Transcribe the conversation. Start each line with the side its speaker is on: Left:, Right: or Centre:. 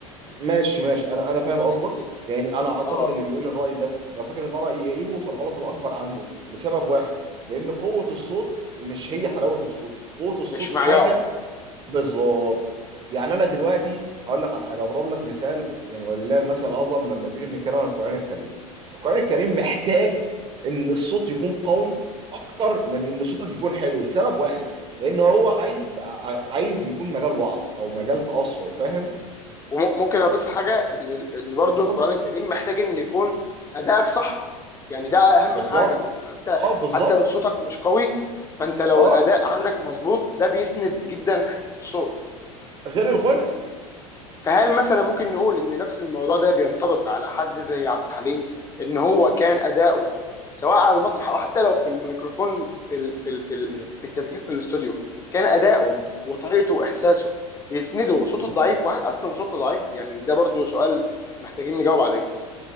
Right: ماشي ماشي انا انا فاهم قصدك
Left: بت- بت-
Right: يعني انا اعتقد
Left: اه
Right: اللي بيقول الراي ده لو فاكر ان ده راي يعيبه فالغلط الاكبر عنده لسبب واحد لان قوه الصوت مش هي حلاوه الصوت قوه الصوت
Left: مش
Right: حاجه
Left: معيار
Right: بالظبط يعني انا دلوقتي هقول لك على حاجه اضرب لك مثال يعني ولله المثل الاعظم لما بنيجي بنتكلم عن القران الكريم القران الكريم محتاج ان الصوت يكون قوي اكتر من ان صوتك يكون حلو لسبب واحد لان هو عايز عايز يكون مجال وعظ او مجال تاثر فاهم
Left: وممكن اضيف حاجه ان ان برضو
Right: اتفضل
Left: القران الكريم محتاج ان يكون ادائك صح يعني ده اهم
Right: بالظبط
Left: حاجه ممكن حتى
Right: اه بالظبط
Left: حتى لو صوتك مش قوي فانت لو
Right: اه
Left: الاداء عندك مظبوط ده بيسند جدا حته الصوت
Right: غير الغنى
Left: فهل مثلا ممكن نقول ان نفس الموضوع ده بينطبق على حد زي عبد الحليم ان هو كان اداؤه سواء على المسرح او حتى لو في الميكروفون في ال في ال في, ال
Right: م-
Left: في التسجيل في الاستوديو كان اداؤه
Right: م-
Left: وطريقته واحساسه بيسنده صوته
Right: م.
Left: الضعيف وهل اصلا صوته ضعيف يعني ده برضو سؤال محتاجين نجاوب عليه